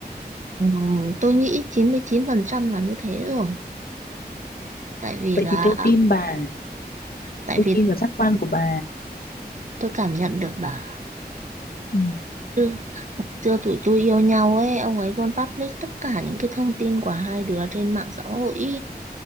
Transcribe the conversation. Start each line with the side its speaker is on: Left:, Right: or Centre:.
Right: Ừm, tôi nghĩ chín chín mươi chín phần trăm là như thế rồi tại vì
Left: vậy
Right: là
Left: thì tôi tin bà
Right: tại
Left: tôi
Right: vì
Left: tin vào giác quan của bà
Right: tôi cảm nhận được bà
Left: Ừ.
Right: chưa chưa tụi tôi yêu nhau ấy ông ấy luôn public tất cả những cái thông tin của hai đứa trên mạng xã hội